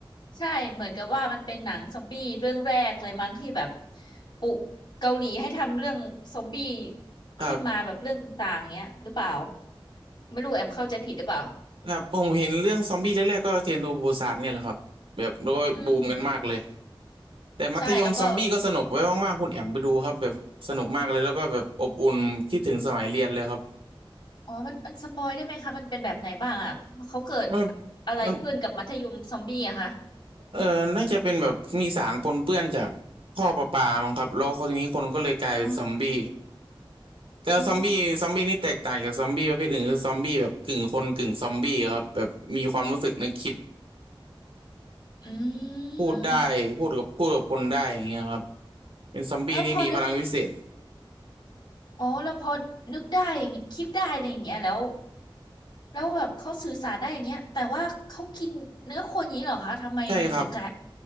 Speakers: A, on the left; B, on the right.
A: ใช่เหมือนกับว่ามันเป็นหนังซอมบี้เรื่องแรกเลยมั้งที่แบบปลุกเกาหลีให้ทำเรื่องซอมบี้
B: ครับ
A: ขึ้นมาแบบเรื่องต่างๆเงี้ยหรือเปล่าไม่รู้แอมเข้าใจผิดหรือเปล่า
B: ครับผมเห็นเรื่องซอมบี้แรกๆก็เทรนทูบูซานเนี่ยแหละครับแบบแล้วก็บูมกันมากเลย
A: อืม
B: แต่มัธยมซอมบี้ก็สนุกไว้ว่างๆคุณแอมไปดูครับแบบสนุกมากเลยแล้วก็แบบอบอุ่นคิดถึงสมัยเรียนเลยครับ
A: ใช่แล้วก็ อ๋อมันมันสปอยได้ไหมคะ มันเป็นแบบไหนบ้างอ่ะเขาเกิด
B: มัน
A: อะไรขึ้นกับมัธยมซอมบี้อะคะ
B: มัน เออน่าจะเป็นแบบมีสารปนเปื้อนจากท่อประปามั้งครับแล้วคนนี้คนก็เลยกลายเป็นซอมบี้
A: อ๋อ
B: แล้วซอมบี้ซอมบี้นี่แตกต่างจากซอมบี้ประเภทอื่นคือซอมบี้แบบกึ่งคนกึ่งซอมบี้ครับแบบมีความรู้สึกนึกคิด
A: อ๋ออืม
B: พูดได้พูดกับพูดกับคนได้อย่างเงี้ยครับเป็นซอมบี้ที่มีพลังวิเศษ
A: แล้วพอนึกอ๋อแล้วพอนึกได้อย่างงี้คิดได้อะไรอย่างเงี้ยแล้วแล้วแบบเขาสื่อสารได้อย่างเงี้ยแต่ว่าเขากินเนื้อคนอย่างนี้เหรอคะทำไมถึงกะ
B: ใช่ครับ